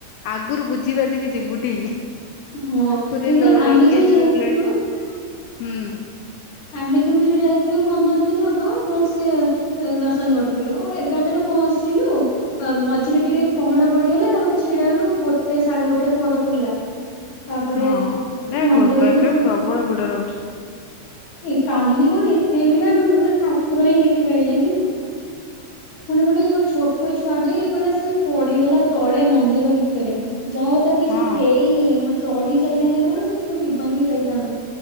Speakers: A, on the left (about 80°); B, on the left (about 35°).
A: ଆଗରୁ ବୁଝି ବାଜିକି ଯିବୁ ଟି
B: ହଁ
A: ପୁରୀ
B: କିନ୍ତୁ
A: ଲ
B: ଆମେ
A: ଲୋକେ
B: ଯୋଉ
A: ଯେମିତି
B: ଯାଇଥିଲୁ
A: ଲେନ୍ ହୁଁ।
B: ଆମେ କିନ୍ତୁ ଯୋଉ ଯାଇଥିଲୁ ପନ୍ଦର ଦିନ ହବ ଭଲ ସେ ଦର୍ଶନ କରିଥିଲୁ ଏଗାରଟାରେ ପସିଲୁ ଆଉ ମଝିରେ ଟିକେ ପହଡ ପଡିଗଲା ତାପରେ ଛିଡା ହେଲୁ ଗୋଟେ ସାଢେ ଗୋଟେରେ ପହଡ ଖୋଲିଲା। ତାପରେ
A: ହଁ ନା ଏବେ
B: ମନ୍ଦିର ଭିତରୁ ହଁ
A: ପ୍ରବଳ ଭିଡ ରହୁଛି
B: ଏ କାଲି କଣ ଏତେ ଭିଡ ଏମାନେ ପଢ଼ା ଠାକୁର ହିଁ ଦେଖି ପାଇଲେନି। ପୁଣି ଗୋଟେ କଣ ଛୋଟ ଛୁଆଟେ ପୁରା ସେ ପଡିଗଲା ତଳେ ମନ୍ଦିର ଭିତରେ ଯା ହଉ ତାର କିଛି
A: ହଁ
B: ହେଇନି ହଁ ଚଢି ଯାଇଥାନ୍ତେ କଣ ସେ ଛୁଆ ଜୀବନ ବି ଯାଇଥାନ୍ତା।